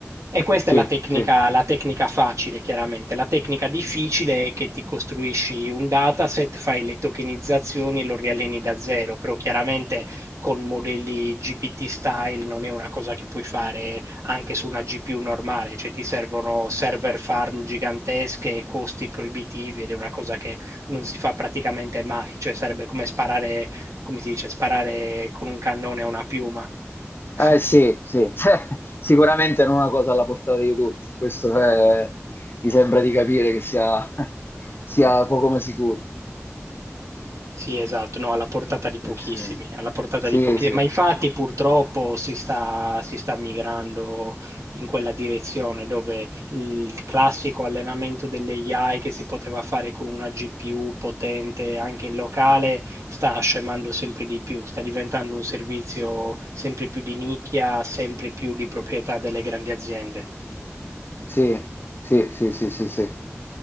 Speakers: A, on the right; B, on the left.
A: E questa
B: sì,
A: è la tecnica,
B: sì.
A: la tecnica facile, chiaramente. La tecnica difficile è che ti costruisci un dataset, fai le tokenizzazioni e lo rialleni da zero, però chiaramente con modelli GPT style non è una cosa che puoi fare anche su una GPU normale, cioè ti servono server farm gigantesche e costi proibitivi ed è una cosa che non si fa praticamente mai, cioè sarebbe come sparare, come si dice, sparare con un cannone a una piuma. <laughs>
B: Eh sì, sì, <laughs> sicuramente non è una cosa alla portata di tutti, questo è- mi sembra di capire che sia, <laughs> sia poco ma sicuro.
A: Sì, esatto, no, alla portata di pochissimi,
B: Eh, Sì,
A: alla portata
B: sì,
A: di pochi,
B: sì.
A: ma infatti purtroppo si sta, si sta migrando in quella direzione dove il classico allenamento delle AI che si poteva fare con una GPU potente anche in locale sta scemando sempre di più, sta diventando un servizio sempre più di nicchia, sempre più di proprietà delle grandi aziende.
B: Sì, sì, sì, sì, sì, sì.